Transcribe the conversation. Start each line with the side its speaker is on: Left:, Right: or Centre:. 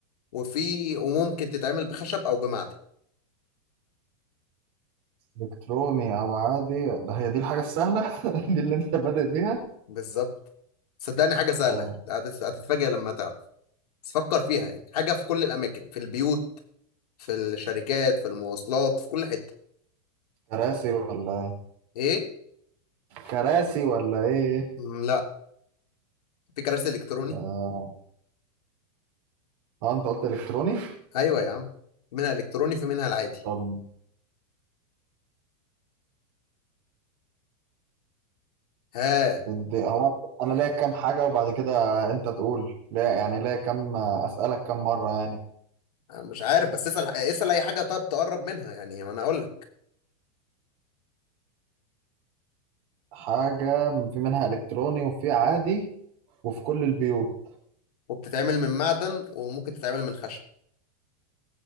Left: وفي وممكن تتعمل بخشب او بمعدن
Right: الكتروني او عادي ده هي دي الحاجة السهلة <laughs> دي اللي انت بادئ بيها
Left: بالظبط صدقني حاجه سهله
Right: آه
Left: هتت- هتتفاجئ لما تعرف بس فكر فيها يعني حاجة في كل الأماكن في البيوت في الشركات في المواصلات في كل حتة
Right: كراسي ولا إيه؟
Left: إيه؟
Right: كراسي ولا ايه
Left: مم، لا في كراسي إلكتروني
Right: آه, اه انت قلت الكتروني
Left: أيوة يا عم منها إلكتروني في منها العادي
Right: طب
Left: ها
Right: اد- هو انا ليا كام حاجه وبعد كده انت تقول لا يعني ليا كام اسالك كام مره يعني
Left: أنا مش عارف بس اسأل اسأل أي حاجة طب تقرب منها يعني ما أنا أقول لك
Right: حاجه في منها الكتروني وفي عادي وفي كل البيوت
Left: وبتتعمل من معدن وممكن تتعمل من خشب